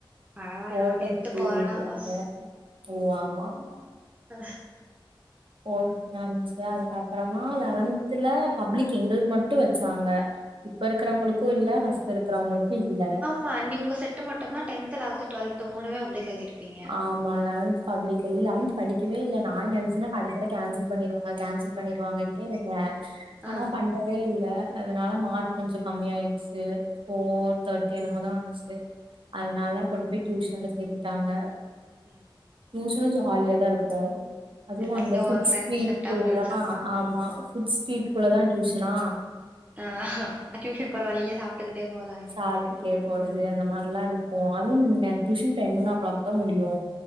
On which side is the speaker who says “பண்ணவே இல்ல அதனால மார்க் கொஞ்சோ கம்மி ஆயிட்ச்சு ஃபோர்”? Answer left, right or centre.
Right